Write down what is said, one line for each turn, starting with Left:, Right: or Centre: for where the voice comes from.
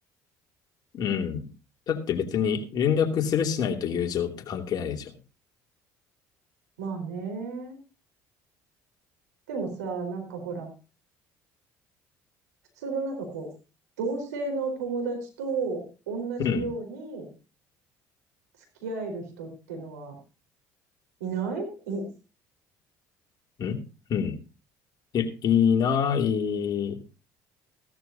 Left: うん。だって別に連絡するしないと友情って関係ないでしょ。
Right: まあね。でもさ、なんかほら、普通のなんかこう、同性の友達と同じように
Left: うん。
Right: 付き合える人ってのはいないい、
Left: うん。うん。い、いない、